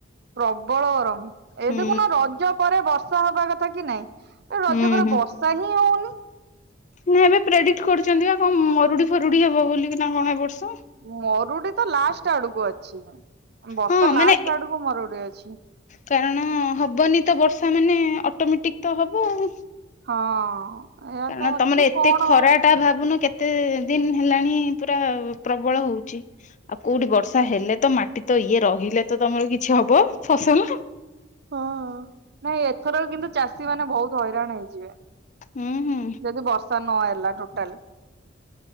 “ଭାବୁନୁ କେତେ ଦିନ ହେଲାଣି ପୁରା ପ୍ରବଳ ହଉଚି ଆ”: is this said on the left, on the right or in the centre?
Left